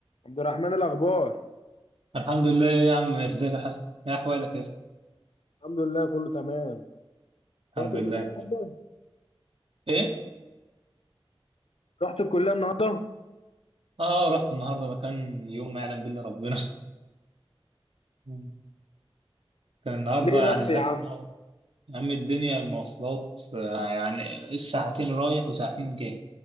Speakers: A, on the left (about 75°); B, on the right (about 65°).
A: عبد الرحمن الاخبار
B: الحمد لله يا عم ازيك يا حسن ايه احوالك يا اسطى
A: الحمد لله كله تمام
B: الحمد
A: رحت الكليه
B: لله
A: النهارده
B: ايه
A: رحت الكليه النهارده
B: اه رحت النهارده ده كان يوم ما يعلم بالله ربنا <laughs> كان النهارده
A: ليه بس
B: يعني زحمه
A: يا عم
B: يا عم الدنيا المواصلات آه، يعني ساعتين رايح وساعتين جاي